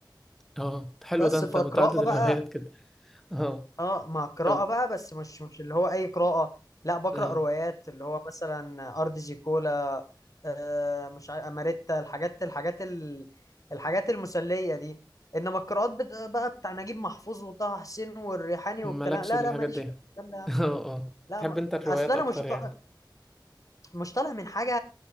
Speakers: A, in the centre; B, on the left (about 45°).
A: أه حلو
B: بس
A: ده أنت
B: فقراءة
A: متعدد الهوايات
B: بقى
A: كده أه
B: اه مع قراءة
A: طب
B: بقى بس مش مش اللي هو أي قراءة لا بقرأ
A: أه
B: روايات اللي هو مثلا أرض زيكولا آه مش عارف أماريتا الحاجات الحاجات ال- الحاجات المسلية دي إنما القراءات بت- بقى بتاع نجيب محفوظ وطه حسين والريحاني
A: مالكش
B: والكلام لا
A: في الحاجات
B: لا ماليش
A: دي <laughs>
B: في الكلام ده يا عم.
A: اه اه
B: لا
A: تحب
B: ما
A: انت الروايات
B: أصل أنا
A: اكتر
B: مش طا-
A: يعني
B: مش طالع من حاجة